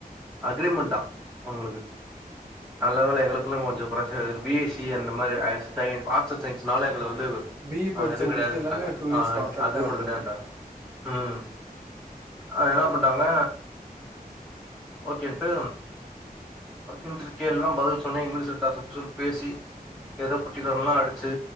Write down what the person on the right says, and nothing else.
ஓகே
பி இ படிச்சவங்களுக்கு
எல்லாமே டூ இயர்ஸ்
கான்ட்ராக்டா
இருக்கு
ஓகே ஓகே